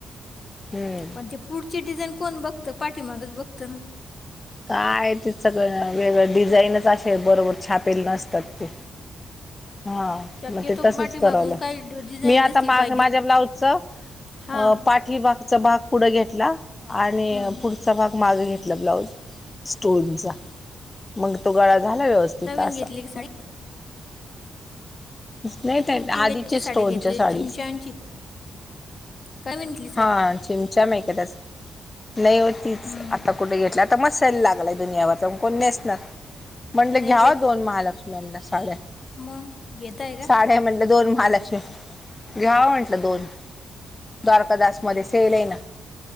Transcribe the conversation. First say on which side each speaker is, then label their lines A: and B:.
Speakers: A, on the left; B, on the left.
A: हम्म
B: पण ते पुढची डिझाईन कोण बघतं पाठीमागच बघतं ना
A: काय ते सगं वेगळ डिझाईनच असे बरोबर छात पेल नसतात ते हा
B: शक्यतो
A: मग ते तसच
B: पाठीमागून
A: करावं लागतं
B: काही डिझाईन
A: मी
B: दिसली
A: आता
B: पाहिजे
A: माझ्या ब्लाऊजच अ
B: हां
A: पा ही बागचा भाग पुढे घेतला आणि
B: हं.
A: पुढचा भाग माग घेतला ब्लाऊज स्टोनचा मग तो गळा झाला व्यवस्थित
B: नवीन
A: असा
B: घेतली की साडी
A: नाही ताई
B: मी टिळ्याची
A: आधीच्या
B: साडी
A: स्टोनच्या
B: घेतलेली
A: साडीच
B: चिमच्यांची काय बी घेतली साडी
A: हा चिमच्या <unintelligible> नाही हो तीच
B: हं.
A: आता कुठे घेतल्या आता म सेल लागलाय दुनियावरचा कोण नेस म्हंनल
B: नाही
A: घ्याव
B: बाई
A: दोन महालक्ष्म्यांना साड्या
B: मग घेत आहे का
A: सा म्हटलं दोन महालक्ष्मी घ्याव म्हंटलं दोन द्वारकादास मध्ये सेल ए ना.